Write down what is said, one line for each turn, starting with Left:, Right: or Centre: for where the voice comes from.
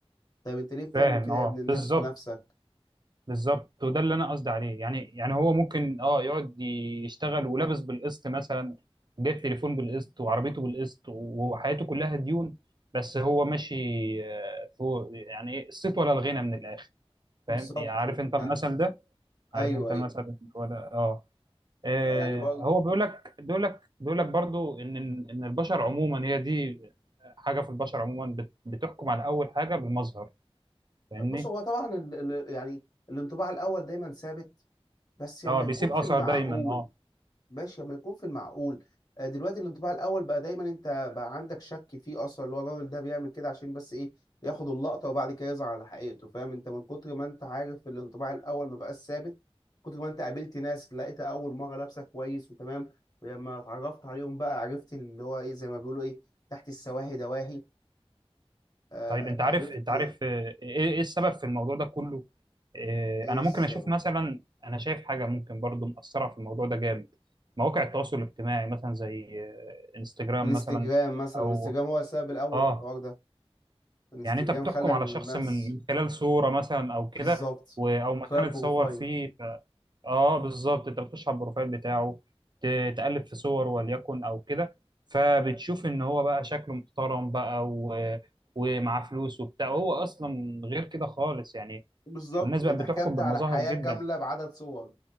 Left: طيب انت ليه بتعمل
Right: فاهم
Left: كده
Right: اه
Left: يا ابن الناس
Right: بالظبط
Left: في نفسك
Right: بالظبط وده اللي انا قصدي عليه يعني يعني هو ممكن اه يقعد يشتغل ولابس بالقسط مثلا جايب تليفون بالقسط وعربيته بالقسط وحياته كلها ديون بس هو ماشي آه، فوق يعني إيه، الصيت ولا الغنى من الاخر فاهم
Left: بالظبط
Right: يعني عارف
Left: <laughs>
Right: انت المثل
Left: يعني
Right: ده عارف
Left: ايوه
Right: انت
Left: ايوه
Right: المثل ولا اه آه،
Left: يعني برضه
Right: هو بيقول لك بيقول لك بيقول لك برضو ان ان البشر عموما هي دي حاجه في البشر عموما بت- بتحكم على اول حاجه بالمظهر فاهمني
Left: بص هو طبعا ال... ال- يعني الانطباع الاول دايما ثابت بس لما
Right: اه بيسيب
Left: يكون
Right: اثر
Left: في المعقول
Right: دايما اه
Left: ماشي لما يكون في المعقول آه، دلوقتي الانطباع الاول بقى دايما انت بقى عندك شك فيه اصلا اللي هو الراجل ده بيعمل كده عشان بس ايه ياخد اللقطه وبعد كده يظهر على حقيقته فاهم انت من كتر ما انت عارف الانطباع الاول ما بقاش ثابت كتر ما انت قابلت ناس لقيت اول مره لابسه كويس وتمام ولما اتعرفت عليهم بقى عرفت اللي هو ايه زي ما بيقولوا ايه تحت السواهي دواهي آه
Right: طيب انت عارف
Left: عرفت
Right: انت عارف آه، ايه إيه السبب في الموضوع ده كله آه،
Left: ايه
Right: انا
Left: السبب
Right: ممكن اشوف مثلا انا شايف حاجه ممكن برضو مأثره في الموضوع ده جامد مواقع التواصل الاجتماعي مثلا زي آه، انستجرام
Left: انستجرام
Right: مثلا
Left: مثلا
Right: او
Left: انستجرام هو السبب الاول
Right: اه
Left: في الحوار ده انستجرام
Right: يعني انت بتحكم
Left: خلى
Right: على
Left: الناس
Right: شخص من من خلال صوره مثلا او
Left: <laughs>
Right: كده
Left: بالظبط
Right: و- او مكان
Left: خلى بروفايل
Right: اتصور فيه اه بالظبط انت بتخش على البروفايل بتاعه ت- تقلب في صور وليكن او كده فبتشوف ان هو بقى شكله محترم بقى و... ومعاه فلوس وبتاع هو اصلا غير كده خالص يعني
Left: بالظبط
Right: والناس
Left: انت
Right: بقت بتحكم
Left: حكمت
Right: بالمظاهر
Left: على حياة
Right: جدا
Left: كاملة بعدد صور